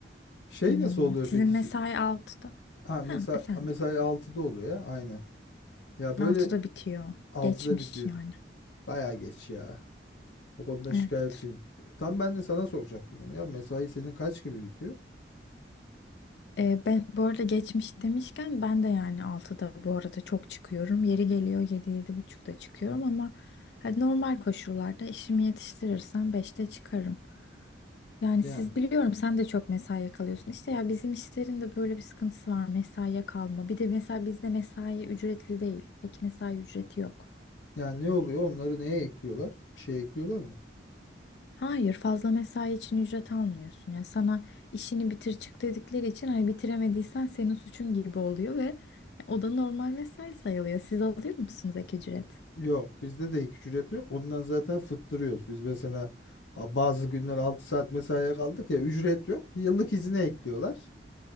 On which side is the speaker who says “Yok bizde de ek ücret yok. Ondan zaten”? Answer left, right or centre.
Left